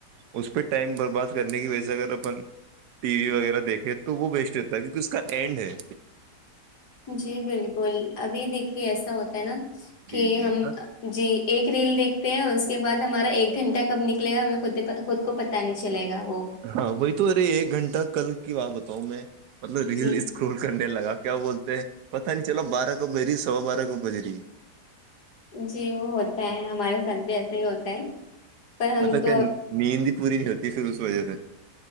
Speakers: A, on the right; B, on the left.
A: اس پہ ٹائم برباد کرنے کی وجہ سے اگر اپن ٹی وی وغیرہ دیکھیں تو وہ بیسٹ رہتا ہے کیونکہ اس کا اینڈ ہے
B: جی بالکل ابھی دیکھیے ایسا ہوتا ہے نا کہ
A: جی جی
B: ہم
A: ہاں
B: جی ایک ریل دیکھتے ہیں اس کے بعد ہمارا ایک گھنٹہ کب نکلے گا ہمیں خ خود کو پتا نہیں چل گا وہ
A: ہاں وہی تو ارے ایک گھنٹہ کل کی بات ہو تو میں مطلب ریل
B: جی
A: اسکرول کر نے لگا کیا بولتے ہیں پتا نہیں چلاو بارہ کو بج رہی سوا بارہ کو بج رہی
B: جی وہ ہوتا ہے ہمارے ساتھ بھی ایسا ہی ہوتا ہے پر ہم
A: ہوتا
B: تو
A: کیا نیندی پوری نہیں ہوتی پھر وجہ سے